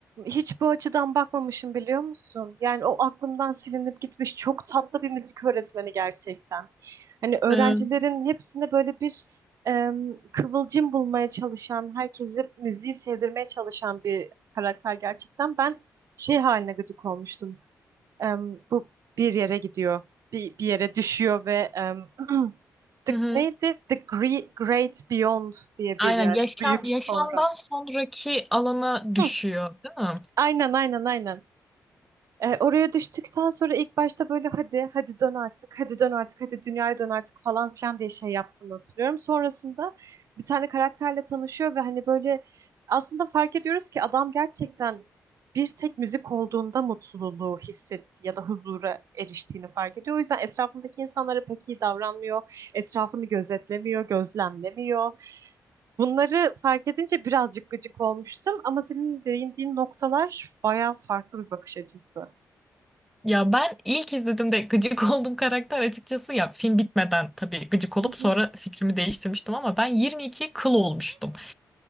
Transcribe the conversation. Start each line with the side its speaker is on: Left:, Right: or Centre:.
Right: Hiç bu açıdan bakmamışım biliyor musun? Yani o aklımdan silinip gitmiş çok tatlı bir müzik öğretmeni gerçekten. Hani öğrencilerin
Centre: Ee,
Right: hepsine böyle bir em, kıvılcım bulmaya çalışan, herkesi müziği sevdirmeye çalışan bir karakter gerçekten. Ben şey haline gıcık olmuştum. Em, bu bir yere gidiyor, bir, bir yere düşüyor ve em, <clears throat> the,
Centre: hı hı.
Right: neydi? The Gre- Great Beyond diye
Centre: Aynen
Right: bir yer.
Centre: yaşam
Right: Büyük
Centre: yaşamdan
Right: sonra.
Centre: sonraki alana düşüyor,
Right: Hı,
Centre: değil mi?
Right: aynen aynen aynen. E, oraya düştükten sonra ilk başta böyle hadi hadi dön artık hadi dön artık hadi dünyaya dön artık falan filan diye şey yaptığımı hatırlıyorum. Sonrasında bir tane karakterle tanışıyor ve hani böyle aslında fark ediyoruz ki adam gerçekten bir tek müzik olduğunda mutluluğu hissetti ya da huzura eriştiğini fark ediyor. O yüzden etrafındaki insanlara pek iyi davranmıyor. Etrafını gözetlemiyor, gözlemlemiyor. Bunları fark edince birazcık gıcık olmuştum ama senin değindiğin noktalar bayağı farklı bir bakış açısı.
Centre: Ya ben ilk izlediğimde gıcık <laughs> olduğum karakter açıkçası ya film bitmeden tabii gıcık olup
Right: Hı
Centre: sonra
Right: hı.
Centre: fikrimi değiştirmiştim ama ben 22 kıl olmuştum.